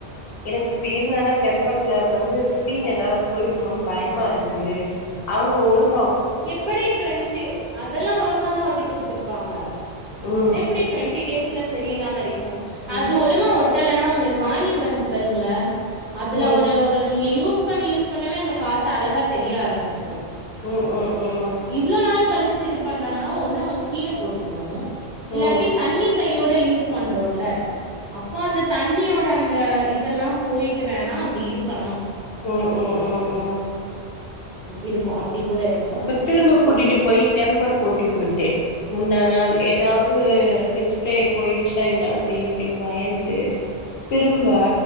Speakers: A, on the left; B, on the right.
A: எனக்கு இப்டி இருந்தானா டெம்பர் கிளாஸ் வந்து ஸ்க்ரீன் எதாவது போயிடுமோன்னு பயமா இருக்கு. அவுங்க ஒழு
B: எப்பிடி டுவெண்டி அதெல்லா ஒழுங்காதா ஒட்டி குடுத்துருப்பாங்க.
A: ம்
B: அது எப்படி டுவெண்ட்டி டேஸ்ல செ <unintelligible> மாரி
A: ம்
B: அது ஒழுங்கா ஒட்டலனா உங்களுக்கு வாங்கி ட்டு வந் வரீங்கல்ல அதுல
A: ம்
B: ஒரு ஒரு நீங்க யூஸ் பண்ண யூஸ் பண்ணவே அந்த காத்து அழகா தெரிய ஆரம்பிச்சிரு.
A: ம் ம் ம்
B: இவ்ளோ நாள் கழிச்சு இது பண்றா ன்னா ஒண்ணு அவங்க கீழ போட்ருக்கணு இல்லாட்டி
A: ம் ம் ம்
B: தண்ணி கையோட யூ யூஸ் பண்ணுறோம்ல அப்போ அந்த தண்ணியோட அந்த இதெல்லா போயிட்டு வேணா அப்டி இருக்கலாம்
A: ம் ம் ம் ம்
B: இருக்கும் அப்படி கூட இருக்கு
A: அப்ப திரும்ப கூட்டிட்டு போய் டெம்பர் போட்டு குடுத்தே முந்தா நாள் ஏதாவது டிஸ்பிளே போயிடுச்சுன்னா என்ன செய்யு அப்டின்னு பயந்து திரும்ப